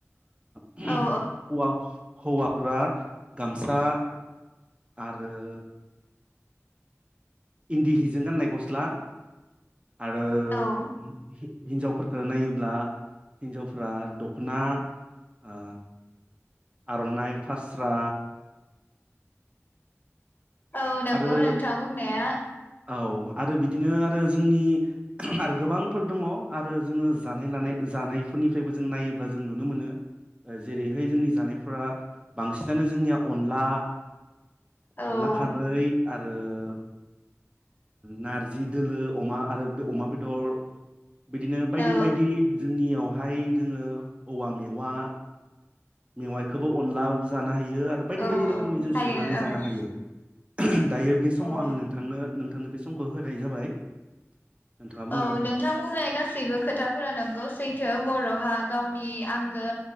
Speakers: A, on the right (about 20°); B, on the left (about 40°).
A: <unintelligible>
B: औ
A: हौवाफोरा गामसा आ ओ इन्दि हिजों गाननाय गस्ला आरो
B: औ
A: हि-हि-हिनजावफोर फोर नायोब्ला हिनजावफ्रा दख'ना ओ आर'नाय फारस स्रा
B: औ नंगौ
A: आरो
B: नोंथां बुंनाया
A: औ आरो बिदिनो आरो जोंनि आरो गोबांफोर दङ आरो जोङो जानाय लानाय जानायफोरनिफ्रायबो जों नायोब्ला जों नुनो मोनो जेरैहाय जोंनि जानायफोरा बांसिनानो जोंनिया अनला
B: औ
A: अनला खारै आरो नारजि दोलो अमा आरो बे अमा बेदर बिदिनो बायदि
B: औ
A: बायदि जोंनियाव बहाय जोङो औवा मेवा मेवाइखौबो अनलाबो जानो हायो बेयो आरो बायदि
B: औ
A: बायदि
B: औ
A: रोखोमनि जों
B: हायो
A: संनानै
B: औ
A: जानो हायो। दायो बे समाव
B: औ
A: आङो नोंथांनो दा नोंथांनो बे समखौ होनाय जाबाय। नोंथाङा बुंनो
B: औ
A: हागोन
B: नोंथां बुंनाय गासैबो खोथाफोरा नंगौ सैथो बर'हा जोंनि आंगो